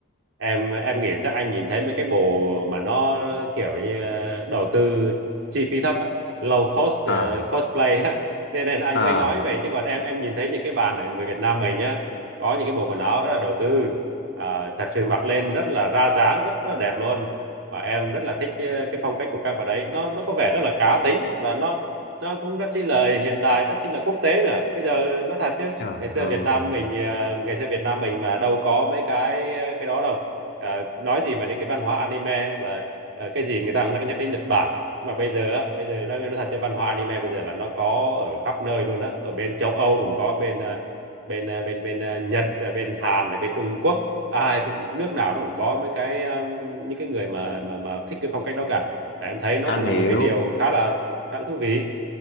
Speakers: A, on the right (about 75°); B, on the left (about 55°).
A: em em nghĩ là chắc anh nhìn thấy mấy cái bộ mà nó kiểu như ờ, đầu tư chi phí thấp á, low cost
B: à
A: ờ, cosplay á <laughs> nên nên anh
B: à
A: mới nói như vậy chứ còn em em nhìn thấy những cái bạn ở người Việt Nam mình nhá có những cái bộ quần áo rất là đầu tư à, thật sự mặc lên rất là ra dáng rất rất là đẹp luôn và em rất là thích ờ, cái phong cách của các bạn ấy nó nó có vẻ rất là cá tính và nó nó cũng rất chi là hiện đại rất chi là quốc tế nữa bây giờ nó thật chứ
B: Trời
A: ngày xưa
B: ơi
A: Việt Nam mình ờ, ngày xưa Việt Nam mình mà đâu có mấy cái ờ, cái đó đâu Ờ, nói gì mà đến cái văn hóa anime là ờ, cái gì người ta cũng nhắc đến Nhật Bản nhưng mà bây giờ á bây giờ nó nó thật cho văn hóa anime bây giờ là nó có ở khắp nơi luôn á ở bên châu Âu cũng có bên ờ, bên ờ, bên bên ờ, Nhật rồi bên Hàn rồi bên Trung Quốc ai cũng nước nào nó cũng có mấy cái ờ, những cái người mà mà mà thích cái phong cách đó cả Và em thấy nó
B: anh
A: cũng là
B: hiểu
A: một cái điều khá là khá là thú vị